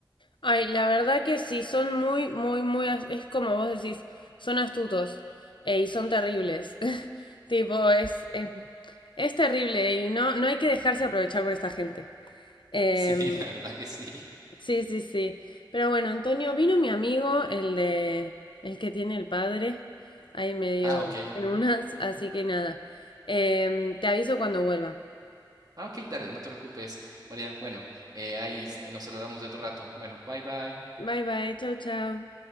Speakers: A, on the left (about 85°); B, on the right (about 50°).
A: Ay, la verdad que sí, son muy, muy, muy, as- es como vos decís, son astutos eh, y son terribles. <laughs> Tipo, es, eh, es terrible y no, no hay que dejarse aprovechar por esta gente. Em,
B: Sí, <laughs> la verdad que sí.
A: sí, sí, sí. Pero bueno, Antonio, vino mi amigo, el de, el que tiene el padre, ahí medio
B: Ah, ok.
A: en unas, así que nada. Em, te aviso cuando vuelva.
B: Ah, ok, dale, no te preocupes, María. Bueno, eh, ahí eh, nos saludamos de otro rato. Bueno, bye bye.
A: Bye, bye, chao, chao.